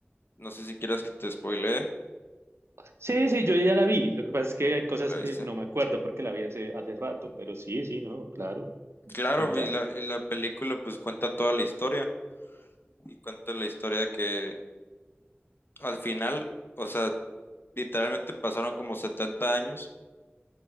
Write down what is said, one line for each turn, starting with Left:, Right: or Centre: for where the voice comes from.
Left: no sé si quieras que te spoilee,
Right: Sí, sí, yo ya la vi. Lo que pasa es que hay cosas
Left: ya la viste.
Right: que no me acuerdo porque la vi hace, hace rato, pero sí, sí, no, claro, puedes
Left: Claro,
Right: contar.
Left: y la, y la película pues cuenta toda la historia, y cuenta la historia que al final, o sea, literalmente pasaron como 70 años